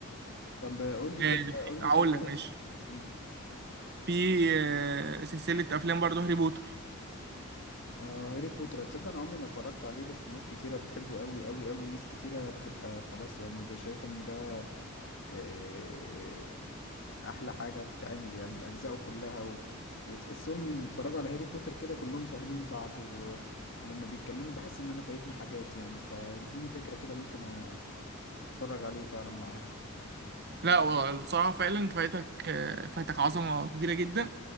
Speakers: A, on the left; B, on the right.
A: طب قول لي كده
B: آه، في-
A: قول لي
B: هقول
A: كده لا.
B: لك ماشي
A: مم.
B: في آه، سلسلة افلام برضو هاري بوتر
A: اه هاري بوتر تصدق انا عمري ما اتفرجت عليه بس ناس كتيره بتحبه قوي قوي قوي ناس كتيره بتبقى خلاص يعني ده شايفه ان ده آه، احلى حاجه تتعمل يعني باجزائه كلها و... وتحسهم من اللي اتفرجوا على هاري بوتر كده كلهم فاهمين بعض و... ولما بيتكلموا بحس ان انا فايتني حاجات يعني فاديني فكره كده ممكن أ- اتفرج عليه فعلا معاه
B: لا هو الصراحة فعلا انت فايتك آه، فايتك عظمة كبيرة جدا